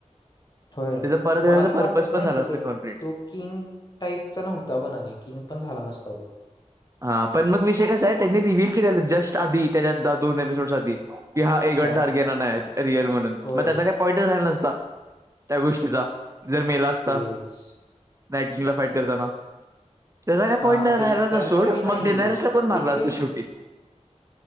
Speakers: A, on the left; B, on the right.
A: होय
B: त्याचं परत येण्याचा
A: मला तर वाटत
B: पर्पज
A: नाही
B: पण झालं
A: तो
B: असतं
A: काही
B: कंप्लीट.
A: तो किंग टाईपचा नव्हता बनाली किंग पण झाला नसता तो
B: हा पण मग विषय कसा आहे त्यांनी रिव्हहील केलेला जस्ट आधी त्याच्या दोन एपिसोडस आधी कि हा एक
A: काय
B: घंट अर्गेन नाही रियल म्हणून
A: होय
B: मग त्याचा काही पॉईंटच राहिला नसं त्या गोष्टीचा जर मेला असत
A: तेच
B: नाट क त्या का
A: हा तेच त्या त्यावेळी नाही
B: मग
A: रे
B: डिनरस ला कोण मारला
A: एक
B: असत
A: वेळ
B: शेवटी